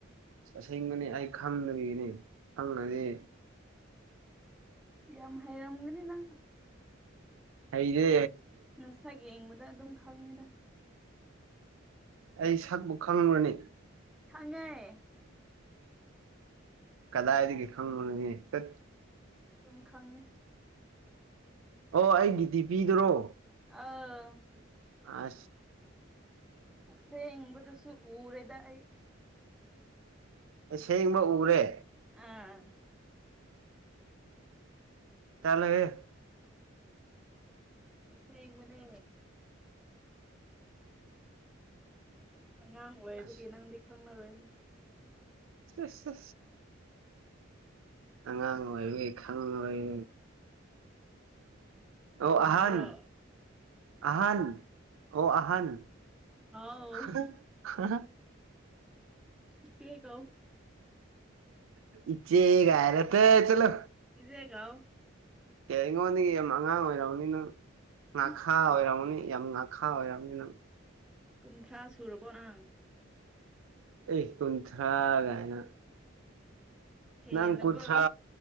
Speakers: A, on the right; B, in the centre.
A: ꯑꯁꯦꯡꯕꯅꯦ ꯑꯩ ꯈꯪꯗꯕꯤꯅꯤ ꯈꯪꯉꯗꯤ
B: ꯌꯥꯝ ꯍꯩꯔꯝꯒꯅꯤ ꯅꯪ
A: ꯑꯩꯗꯦ
B: ꯉꯁꯛ ꯌꯦꯡꯕꯗ ꯑꯗꯨꯝ ꯈꯪꯉꯤꯗ
A: ꯑꯩ ꯁꯛꯄꯨ ꯈꯪ꯭ꯔꯅꯤ
B: ꯆꯪꯉꯥꯏ
A: ꯀꯗꯥ ꯏꯗꯤ ꯀ ꯈꯪ ꯃꯦ ꯇꯠ
B: ꯑꯗꯨꯝ ꯈꯉꯦ
A: ꯑꯣ ꯑꯩꯒꯤꯗꯤ ꯄꯤꯗꯔꯣ
B: ꯑꯥ
A: ꯑ
B: ꯑꯁꯦꯡꯕꯗꯁꯨ ꯎꯔꯦꯗ ꯑꯩ
A: ꯁꯦꯡꯕ ꯎꯔꯦ
B: ꯑꯥ
A: ꯇꯂꯒꯦ
B: ꯁ ꯃꯅꯦ ꯑꯉꯥꯡ ꯑꯣꯏꯕꯒꯤ
A: ꯑꯁ
B: ꯅꯪꯗꯤ ꯈꯪꯅꯔꯣꯏꯗ
A: ꯁꯁ ꯑꯉꯥꯡ ꯑꯣꯏ ꯈꯪꯉꯔꯣꯏ ꯑꯣ
B: ꯁꯨꯝꯗ꯭ꯔ
A: ꯑꯍꯟ ꯑꯍꯟ ꯑꯣ ꯑꯍꯥꯟ
B: ꯍꯥꯎ
A: ꯈ ꯈ
B: ꯏꯆꯦꯀꯥꯎ
A: ꯏꯆꯦ ꯀꯔꯠꯇ ꯆꯂꯣ
B: ꯏꯗꯦꯒ
A: ꯑꯦ ꯑꯩꯉꯣꯟꯗꯒꯤ ꯌꯥꯝ ꯑꯉꯥꯡ ꯑꯣꯏꯔꯝꯅꯤ ꯅꯪ ꯉꯥꯈꯥ
B: ꯏꯁ
A: ꯑꯣꯏꯔꯝꯅꯤ ꯌꯥꯝ ꯉꯅꯥ ꯈꯥ ꯑꯣꯏꯔꯔ ꯌꯥꯝꯅꯤ
B: ꯀꯨꯟꯊ꯭ꯔꯥ ꯁꯨꯔꯕꯣ ꯅꯪ
A: ꯑꯦ ꯀꯨꯟꯊ꯭ꯔꯥꯒꯑꯅ
B: ꯍꯦꯜꯂꯕꯣ
A: ꯅꯪ ꯀꯨꯟꯊ꯭ꯔꯥ